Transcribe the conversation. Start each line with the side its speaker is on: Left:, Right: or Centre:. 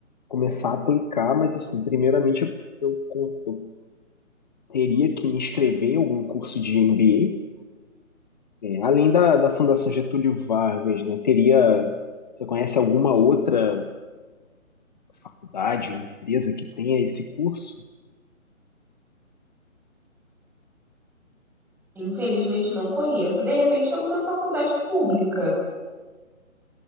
Left: começar a aplicar, mas assim, primeiramente eu, eu teria que me inscrever em algum curso de MBA, É, além da, da Fundação Getúlio Vargas, né, teria, você conhece alguma outra faculdade ou empresa que tenha esse curso?
Centre: Infelizmente não conheço. De repente, alguma faculdade pública,